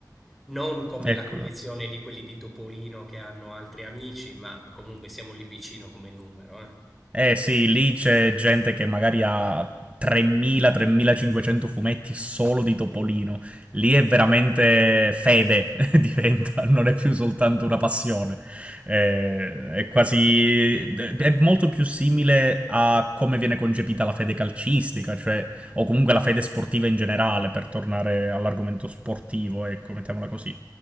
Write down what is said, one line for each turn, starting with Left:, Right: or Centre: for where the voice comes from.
Centre: Non come
Right: ecco.
Centre: la collezione di quelli di Topolino che hanno altri amici, ma comunque siamo lì vicino come numero, eh.
Right: Eh sì, lì c'è gente che magari ha 3.000-3.500 fumetti solo di Topolino. Lì è veramente fede, <laughs> diventa, non è più soltanto una passione. Eh, È quasi... è molto più simile a come viene concepita la fede calcistica, cioè, o comunque la fede sportiva in generale, per tornare all'argomento sportivo, ecco, mettiamola così.